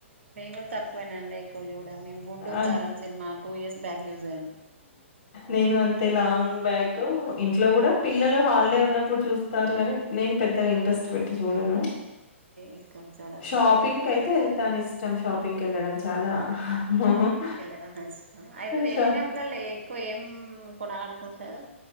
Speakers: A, on the right; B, on the left.
A: కూడ తక్కువెనండి ఎక్కువ జూడ్ ను గుంటూరు
B: అద్
A: కారం సిని మా ఆ డ్ టూ ఇయర్స్ బ్యాక్ చూసాను
B: నేను అంతే లాంగ్ బ్యాక్ ఇంట్లో కూడా పిల్లలు హాలిడే ఉన్నప్పుడు చూస్తారు గాని నేను పెద్దగా ఇంట్రెస్ట్ పెట్టి చూడను
A: ఎక్కువ చూడాలంటారా
B: షాపింగ్ కయితే వెళ్తాను ఇస్ ష్టం షాపింగ్కి వెళ్లడం చాలా ఉమ్
A: వెళ్ళడం ఇష్టం అయితే వెళ్ళినప్పుడల్లా
B: షో
A: ఎక్కువ ఏం కొనాలనుకుంటారు